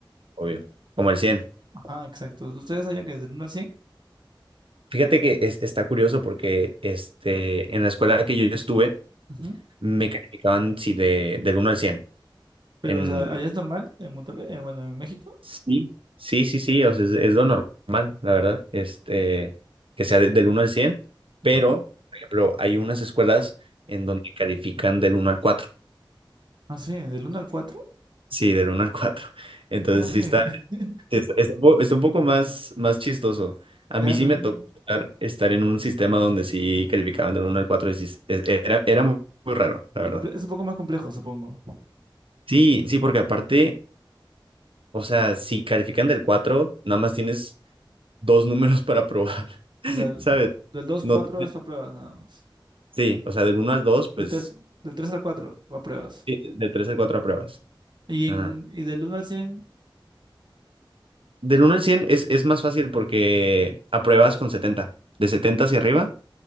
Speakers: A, on the right (about 80°); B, on the right (about 55°).
A: obvio. Como el cien
B: Ajá, exacto. Ustedes allá que es del uno al cien
A: Fíjate que es- está curioso porque este, en la escuela que yo estuve
B: Ujú.
A: me calificaban sí, de, del uno al cien
B: pero
A: En,
B: o sea, allá es normal, en Monterrey, eh, bueno, en México.
A: sí, sí, sí, sí, o sea, es, es lo normal, la verdad, este, que sea de- del uno al cien pero,
B: Ujú.
A: por ejemplo, hay unas escuelas en donde califican del uno al cuatro
B: Ah, sí, del uno al cuatro
A: Sí, del uno al cuatro <laughs> Entonces
B: ¿cómo se?
A: sí está,
B: <laughs>
A: es- es un po- está un poco más, más chistoso. A
B: Claro,
A: mí sí me tocó estar, estar en un sistema donde sí calificaban del uno al 4 y sí es- era, era muy muy raro, la
B: se
A: verdad.
B: comple- es un poco más complejo, supongo.
A: Sí, sí, porque aparte, o sea, si califican del 4, nada más tienes dos números para probar, <laughs>
B: O sea, el-
A: ¿sabes?
B: del 2
A: No,
B: al 4
A: te-
B: es apruebas nada más.
A: sí, o sea, del uno al 2, pues
B: Del 3 del 3 al 4, apruebas.
A: sí, de 3 al 4 apruebas.
B: Y, en,
A: Ajá.
B: y del uno al cien
A: Del 1 al 100 es, es más fácil porque apruebas con 70. De 70 hacia arriba,